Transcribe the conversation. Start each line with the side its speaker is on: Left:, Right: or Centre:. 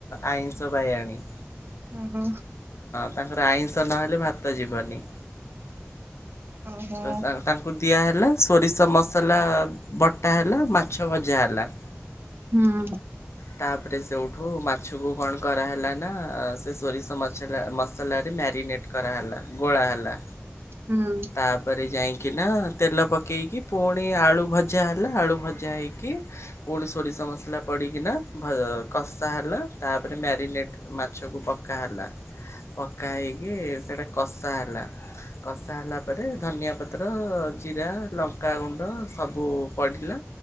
Left: ଆଇଁଷ ଵାଇଆଣି।
Right: ଓ ହୋ।
Left: ତାଙ୍କର ଆଇଁଷ ନହେଲେ ଭାତ ଯିବନି।
Right: ଓହୋ
Left: ତ ତା ତାଙ୍କୁ ଦିଆ ହେଲା, ସୋରିଷ ମସଲା ବଟା ହେଲା, ମାଛ ଭଜା ହେଲା।
Right: ହୁଁ।
Left: ତାପରେ ସେଉଠୁ ମାଛକୁ କଣ କରାହେଲା ନା ସେ ସୋରିଷ ମଛଲା ମସଲାରେ ମ୍ୟାରିନେଟ୍ କରାହେଲା, ଗୋଳା ହେଲା।
Right: ହଁ।
Left: ତାପରେ ଯାଇକିନା ତେଲ ପକାଇକି ପୁଣି ଆଳୁ ଭଜା ହେଲା, ଆଳୁ ଭଜା ହୋଇକି ପୁଣି ସୋରିଷ ମସଲା ପଡ଼ିକିନା କଷା ହେଲା, ତାପରେ ମ୍ୟାରିନେଟ୍ ମାଛକୁ ପକା ହେଲା, ପକା ହୋଇକି ସେଇଟା କଷା ହେଲା, କଷା ହେଲା ତାପରେ ଧନିଆ ପତ୍ର, ଜିରା ଲଙ୍କାଗୁଣ୍ଡ ସବୁ ପଡ଼ିଲା,